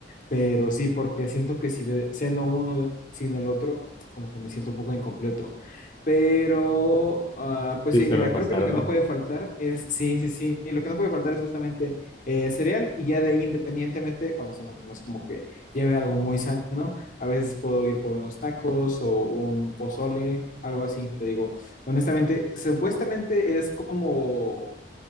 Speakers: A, on the left; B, on the left.
A: Pero sí, porque siento que si de- ceno uno sin el otro, como que me siento un poco incompleto. Pero, ah, pues
B: Sí,
A: sí,
B: suele
A: mira,
B: pasar,
A: creo que lo que
B: ¿no?
A: no puede faltar es, sí, sí, sí, lo que no puede faltar es justamente eh, cereal y ya de ahí independientemente, honestamente, no es como que lleve algo muy sano. A veces puedo ir por unos tacos o un pozole, algo así, te digo. Honestamente, supuestamente es como